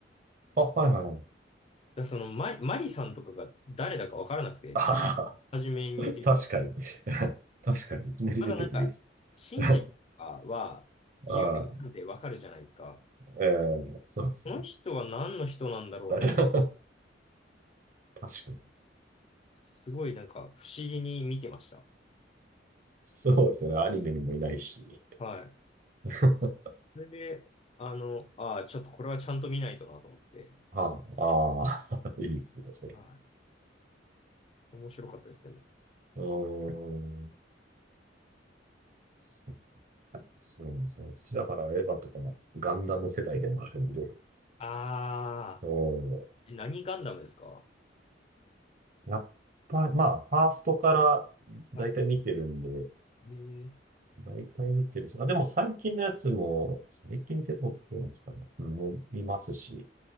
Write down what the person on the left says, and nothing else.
だそのマリ、マリさんとかが誰だかわからなくて、
急に初めに出てくる。
まだなんか、シンジとかは有名なんでわかるじゃないですか。
この人は何の人なんだろうと思って、
すごいなんか不思議に見てました。
はい。
それで、あの、ああ、ちょっとこれはちゃんと見ないとなと思って。
はい。面白かったですね。
ああ、
え何ガンダムですか
はい。ねえ